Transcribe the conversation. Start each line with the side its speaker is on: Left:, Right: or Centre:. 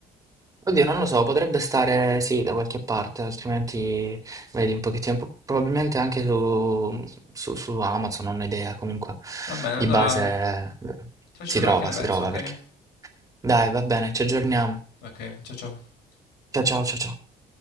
Right: Oddio, non lo so, potrebbe stare sì da qualche parte, altrimenti vedi un pochettino, po- probabilmente anche su, su- su Amazon, non ho idea, comunque
Left: Va bene,
Right: di
Left: allora
Right: base
Left: ti
Right: eh,
Left: faccio
Right: si
Left: sapere
Right: trova,
Left: che ne
Right: si
Left: penso,
Right: trova
Left: ok?
Right: perché. Dai, va bene, ci aggiorniamo.
Left: Ok, ciao ciao.
Right: Ciao ciao ciao ciao.